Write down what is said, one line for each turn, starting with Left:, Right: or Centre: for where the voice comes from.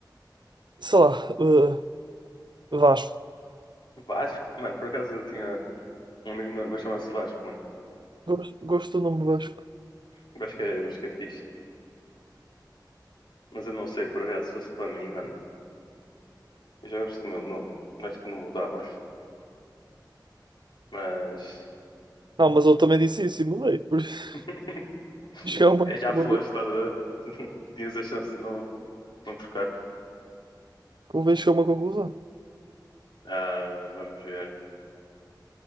Right: Sei lá, eh, Vasco.
Left: Vasco, mano, por acaso eu tinha um amigo meu, mas chamava-se Vasco, mano.
Right: Gosto, gosto do nome Vasco.
Left: Eu Acho que, é, eu acho que é fixe. Mas eu não sei, por acaso, se fosse para mim, mano. Eu já gosto do meu nome, acho que não mudava. Mas.
Right: Não, mas eu também disse isso e mudei. Por isso,
Left: <laughs>
Right: <laughs> chegar a uma,
Left: é, já
Right: uma,
Left: foste, estás a. <laughs> Tinhas a chance de não, não trocar.
Right: convém chegar a uma conclusão.
Left: Ah, vamos ver.